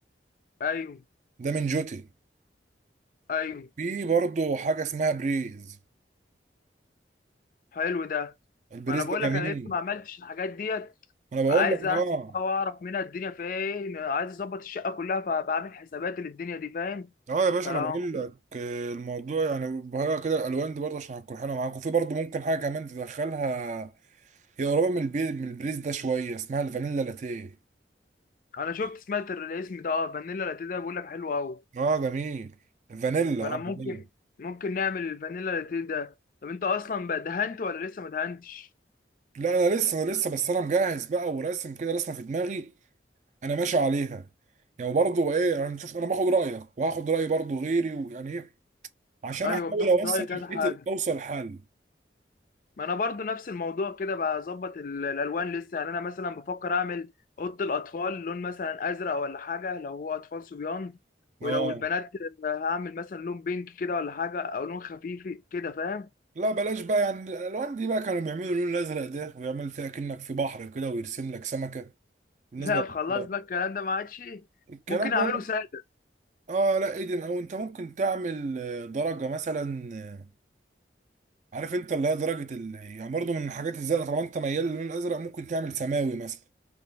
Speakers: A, on the left; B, on the right.
A: ايوه
B: ده من جوتي
A: ايوه
B: في برضه حاجه اسمها بريز
A: حلو ده
B: البريز
A: ما انا بقول
B: ده
A: لك
B: جميل
A: انا لسه ما عملتش الحاجات ديت
B: انا بقول
A: فعايز
B: لك
A: احسب
B: اه
A: بقى واعرف منها الدنيا في ايه عايز اظبط الشقه كلها فبعمل حسابات للدنيا دي فاهم
B: اه يا باشا
A: فلو
B: انا بقول لك آه، الموضوع يعني بهرقة كده الالوان دي برضه عشان هتكون حلوه معاك وفي برضه ممكن حاجه كمان تدخلها هي قريبه من البي... من البريز ده شويه اسمها الفانيلا لاتيه
A: انا شفت سمعت الاسم ده اه فانيلا لاتيه ده بيقول لك حلو قوي
B: اه جميل فانيلا
A: فانا
B: اه جميل
A: ممكن ممكن نعمل الفانيلا لاتيه ده طب انت اصلا بقى دهنت ولا لسه ما دهنتش
B: لا انا لسه انا لسه بس انا مجهز بقى وراسم كده رسمه في دماغي انا ماشي عليها يعني برضه ايه انا شفت انا باخد رايك وهاخد راي برضه غيري ويعني ايه عشان
A: ايوه
B: احاول
A: بتاخد
B: اوصل
A: راي كذا
B: شقتي
A: حد
B: اوصل حل
A: ما انا برضو نفس الموضوع كده بظبط ال- الالوان لسه يعني انا مثلا بفكر اعمل اوضه الاطفال لون مثلا ازرق ولا حاجه لو هو اطفال صبيان ولو
B: اه
A: البنات هعمل مثلا لون بينك كده ولا حاجه او لون خفيف كده فاهم
B: لا بلاش بقى يعني الالوان دي بقى كانوا بيعملوا اللون الازرق ده ويعمل فيها كأنك في بحر كده ويرسم لك سمكة
A: <laughs>
B: بالنسبة
A: لا خلاص
B: للأطفال.
A: بقى الكلام ده ما عادش
B: الكلام
A: ممكن اعمله
B: ده لا.
A: ساده
B: اه لا ايدن او انت ممكن تعمل آه، درجة مثلا آه، عارف انت اللي هي درجة ال... يعني برضه من الحاجات الزرقاء طالما انت ميال للون الازرق ممكن تعمل سماوي مثلا